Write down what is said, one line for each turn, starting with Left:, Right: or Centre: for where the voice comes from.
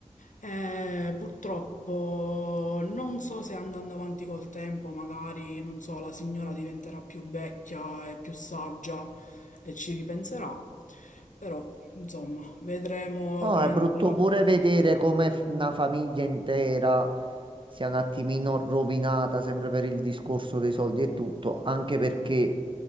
Left: Eh, purtroppo non so se andando avanti col tempo, magari, non so, la signora diventerà più vecchia e più saggia e ci ripenserà, però insomma, vedremo
Right: No,
Left: come
Right: è brutto
Left: andrà.
Right: pure vedere come f- una famiglia intera sia un attimino rovinata, sempre per il discorso dei soldi e tutto, anche perché,